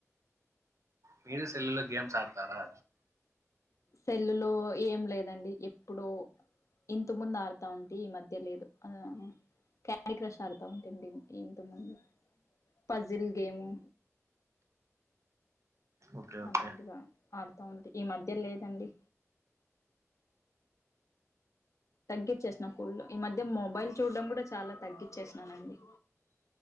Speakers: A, on the right (about 65°); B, on the left (about 70°).
A: మీరు సెల్లు లో గేమ్స్ ఆడతారా
B: సెల్లులో ఏం లేదండి ఎప్పుడో ఇంత ముందు ఆడుతా ఉంటి ఈ మధ్య లేదు ఆ ఆ క్యాండీ క్రష్ ఆడతా ఉంటిండి ఇంతకు ముందు పసిల్ గేము
A: ఓకే ఓకే
B: అలాంటిగా ఆడతా ఉంటి ఈ మధ్య లేదు దండి తగ్గిచ్చేసినా ఫుల్లు ఈ మధ్య మొబైల్ చూడడం కూడా చాలా తగ్గిచ్చేసినానండి